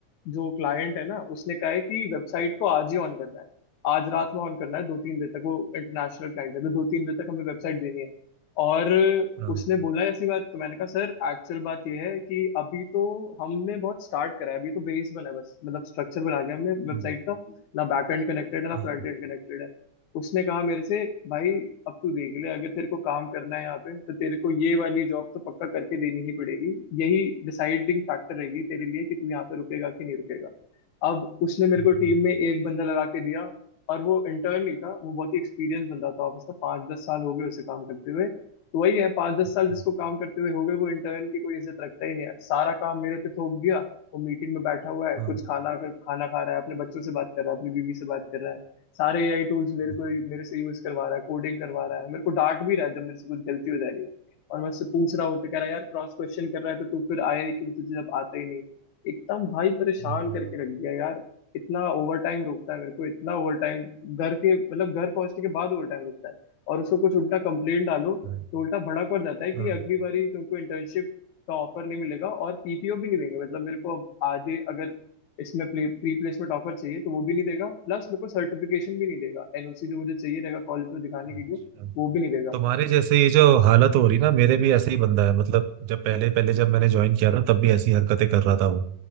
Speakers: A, on the left (about 75°); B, on the right (about 80°).
A: जो क्लाइंट है ना उसने कहा है कि वेबसाइट को आज ही ऑन करना है आज रात में ऑन करना है दो तीन बजे तक वो इंटरनेशनल क्लाइंट है तो दो तीन बजे तक हमें वेबसाइट देनी है और
B: हाँ,
A: उसने बोला ऐसी बात तो मैंने कहा सर एक्चुअल बात ये है कि अभी तो हमने बहुत स्टार्ट करा है अभी तो बेस बना है बस मतलब स्ट्रक्चर बना लिया हमने
B: Mm,
A: वेबसाइट का ना बैक एंड कनेक्टेड है ना
B: uh-huh.
A: फ्रंट एंड कनेक्टेड है उसने कहा मेरे से भाई अब तू देख ले अगर तेरे को काम करना है यहाँ पे तो तेरे को ये वाली जॉब तो पक्का करके देनी ही पड़ेगी यही डिसाइडिंग फैक्टर रहेगी तेरे लिए कि तू यहाँ पे रुकेगा कि नहीं रुकेगा अब उसने मेरे
B: हम्म,
A: को टीम में एक बंदा लगा के दिया और वो इंटर्न नहीं था वो बहुत ही एक्सपीरियंस बंदा था ऑफिस का पाँच दस साल हो गए उसे काम करते हुए तो वही है पाँच दस
B: हाँ,
A: साल जिसको काम करते हुए हो गए वो इंटर्न की कोई इज्जत रखता ही नहीं है सारा काम मेरे पे थोप दिया वो मीटिंग में बैठा हुआ है
B: हाँ,
A: कुछ खाना खाना खा रहा है अपने बच्चों से बात कर रहा है अपनी बीवी से बात कर रहा है सारे एआई टूल्स मेरे
B: हाँ,
A: को मेरे से यूज करवा रहा है कोडिंग करवा रहा है मेरे को डांट भी रहा है जब मेरे से कुछ गलती हो जा रही है और मैं उससे पूछ रहा हूँ तो कह रहा है यार क्रॉस क्वेश्चन कर रहा है तो तू फिर आया ही क्यों तुझे जब आता ही नहीं एकदम भाई परेशान
B: हम्म,
A: करके रख दिया यार इतना ओवर टाइम रुकता है मेरे को इतना ओवर टाइम घर के मतलब घर पहुंचने के बाद ओवर टाइम रुकता है और उसको कुछ उल्टा कंप्लेंट डालो
B: right,
A: तो उल्टा भड़क और जाता है कि
B: हाँ,
A: अगली बारी तुमको इंटर्नशिप का ऑफर नहीं मिलेगा और पीपीओ भी नहीं देंगे मतलब मेरे को अब आगे अगर इसमें प्ले, प्री प्लेसमेंट ऑफर चाहिए तो वो भी नहीं देगा प्लस मेरे को सर्टिफिकेशन भी नहीं देगा एनओसी जो मुझे चाहिए रहेगा कॉलेज में दिखाने
B: अच्छा।
A: के लिए वो भी नहीं देगा
B: तुम्हारे जैसे ये जो हालत हो रही ना मेरे भी ऐसे ही बंदा है मतलब जब पहले पहले जब मैंने ज्वाइन किया था तब भी ऐसी हरकतें कर रहा था वो